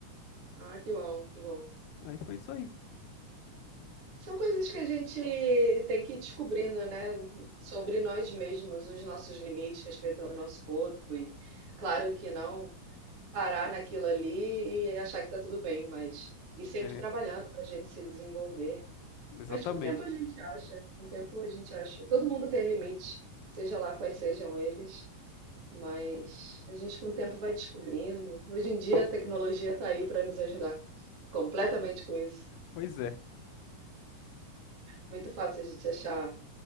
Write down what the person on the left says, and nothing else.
Aí foi isso aí.
É,
exatamente.
Pois é.